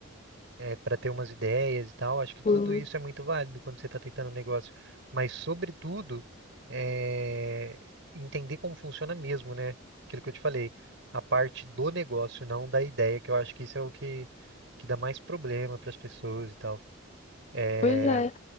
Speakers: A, on the right; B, on the left.
A: é, para ter umas ideias e tal. Acho que tudo
B: Sim.
A: isso é muito válido quando você está tentando um negócio, mas sobretudo é, entender como funciona mesmo, né? Aquilo que eu te falei, a parte do negócio, não da ideia, que eu acho que isso é o que que dá mais problema para as pessoas e tal. Eh,
B: Pois é,